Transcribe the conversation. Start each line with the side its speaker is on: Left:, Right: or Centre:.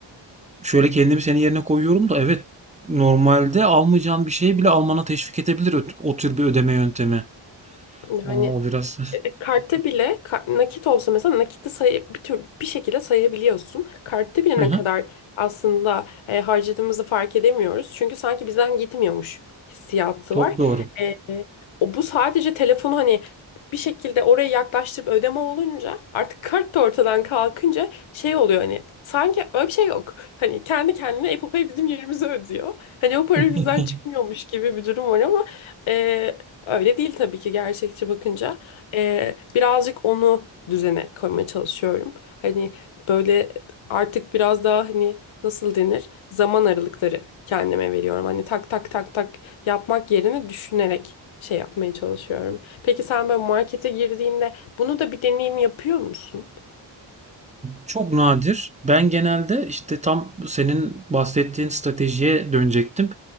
Right: şöyle kendimi senin yerine koyuyorum da evet normalde almayacağın bir şeyi bile almana teşvik edebilir o, o tür bir ödeme yöntemi.
Left: Yani
Right: Aa, O biraz
Left: E, Kartta bile ka- nakit olsa mesela nakiti sayı bir tür bir şekilde sayabiliyorsun. Kartta bile
Right: <laughs> Hı hı.
Left: ne kadar aslında e, harcadığımızı fark edemiyoruz. Çünkü sanki bizden gitmiyormuş hissiyatı
Right: çok
Left: var.
Right: doğru.
Left: E, o bu sadece telefonu hani bir şekilde oraya yaklaştırıp ödeme olunca artık kart da ortadan kalkınca şey oluyor hani sanki öyle bir şey yok. Hani kendi kendine Apple Pay bizim yerimize ödüyor. Hani o para
Right: <laughs>
Left: bizden çıkmıyormuş gibi bir durum var ama e, öyle değil tabii ki gerçekçi bakınca. Ee, birazcık onu düzene koymaya çalışıyorum. Hani böyle artık biraz daha hani nasıl denir? Zaman aralıkları kendime veriyorum. Hani tak tak tak tak yapmak yerine düşünerek şey yapmaya çalışıyorum. Peki sen böyle markete girdiğinde bunu da bir deneyim yapıyor musun?
Right: Çok nadir. Ben genelde işte tam senin bahsettiğin stratejiye dönecektim.